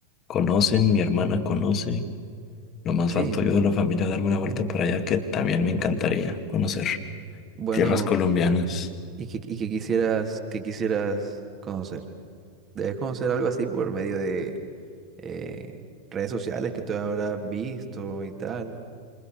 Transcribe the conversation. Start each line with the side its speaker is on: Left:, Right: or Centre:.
Left: conocen, mi hermana conoce. Nomás
Right: Sí.
Left: falto yo de la familia darme una
Right: Oh.
Left: vuelta para allá, que también me encantaría conocer
Right: Bueno,
Left: tierras colombianas.
Right: ¿y qué, y qué quisieras, qué quisieras conocer? Debes conocer algo así por medio de eh, redes sociales que tú habrás visto y tal.